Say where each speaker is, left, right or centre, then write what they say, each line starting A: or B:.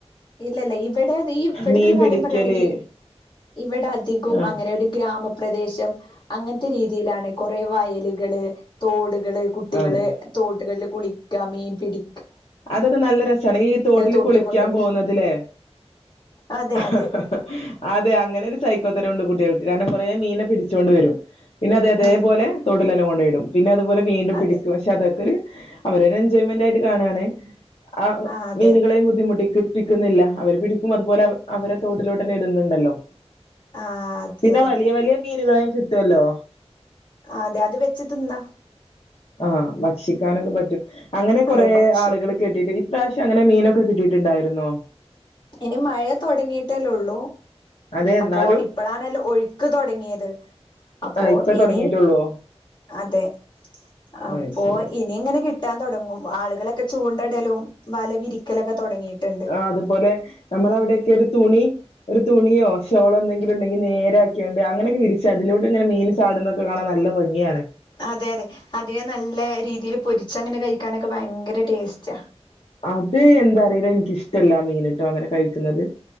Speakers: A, on the left; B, on the left.
A: ഇല്ലല്ല ഇവിടെ ഈ ഇവിടെത്തെ
B: മീൻ
A: ഒരു കാര്യം
B: പിടിക്കല്
A: പറയയാണെങ്കിൽ ഇവിടെ അതി കവും
B: ആഹ്
A: അങ്ങനെ ഒരു ഗ്രാമപ്രദേശം അങ്ങനത്തെ രീതിയിലാണ് കുറെ വയലുകള് തോടുകള് കുട്ടികള്
B: അതെ
A: തോട്ടുകളിൽ കുളിക്കാ മീൻ പിടി
B: അതൊക്കെ നല്ല രസാണ് ഈ തോട്ടില്
A: തോട്ട്
B: കുളിക്കാൻ
A: കൊണ്ടോയിട
B: പോകുന്നതിലേ
A: അതെ അതെ
B: ഹ ഹ ഹ അതെ അങ്ങനെ ഒരു സൈക്കോത്തരം ഉണ്ട് കുട്ടികൾക്ക് കൊറേ മീനെ പിടിച്ചു കൊണ്ട് വരും പിന്നെ അതെ അതേപോലെ
A: ഉം
B: താേട്ടിലെല്ലാം കൊണ്ടാേയ്ടും പിന്നെ അത്പോലെ വീണ്ടും
A: അതെ
B: പിടിക്കും പക്ഷെ അതൊക്കൊര് അവരാെര് എൻജോയ്മെന്റായ്ട്ട് കാണാണ് ആഹ്
A: ആ അതെ
B: മീനുകളേയും ബുദ്ധിമുട്ടിക്ക് പ്പിക്ക്ന്ന്ല്ലാ അവര് പിടിക്കും അതുപോലെ അവരെ തോട്ടിലോട്ടെന്നെ ഇട്ന്ന്ണ്ടല്ലോ
A: ആ അതെ
B: പിന്നെ
A: അതെ
B: വലിയ വലിയ മീന്കളേയും കിട്ടാെല്ലോ
A: ആഹ് അതെ അത് വെച്ച് ത്‌ന്നാ
B: ആഹ് ഭക്ഷിക്കാനൊക്കെ പറ്റും അങ്ങെനെ കൊറെ
A: അതെ ഭക്ഷിക്ക
B: ആള്കള് കെട്ടിട്ട് ഇപ്രാശ്യം അങ്ങെനെ മീനൊക്കെ കിട്ടീട്ട്ണ്ടായ്ര്ന്നോ?
A: അയ്ന് മഴ താെടങ്ങീട്ടെല്ലെ ഒള്ളു
B: അതെ
A: അപ്പോ
B: എന്നാലും
A: ഇപ്പളാണൽ ഒഴ്ക്ക് തൊടെങ്ങ്യേത് അപ്പോ
B: ആഹ് ഇപ്പ
A: ഇനി
B: തൊടങ്ങിട്ടുള്ളോ
A: അതെ അപ്പാേ
B: അയ് ശരി
A: ഇനി ഇങ്ങെനെ കി ട്ടാൻ തൊടെങ്ങും ആള്കളൊക്കെ ചൂണ്ടടലും വല വിരിക്കലൊക്കെ തെടെങ്ങീട്ട്
B: ആഹ് അതുപോലെ നമ്മളവിടെയെക്കെരു തുണി ഒരു തുണിയോ ഷോളോ എന്തെങ്കിലുണ്ടെ ങ്കി നേരാക്ക്യാണ്ട് അങ്ങനൊക്കെ വിരിച്ച് അതിലൂടെങ്ങെന മീൻ ചാടുന്നൊക്കെ കാണാൻ നല്ല ഭംഗിയാണ്
A: അതെ അതെ അതിനെ നല്ല രീതീല് പൊരിച്ചങ്ങെനെ കഴിക്കാനൊക്കെ ഭയ്ങ്കര ടേസ്റ്റാ
B: അത് എന്താറീല എനിക്കിഷ്ടല്ലാ ആ മീന്ട്ടോ അങ്ങെനെ കഴിക്ക്ന്നെത്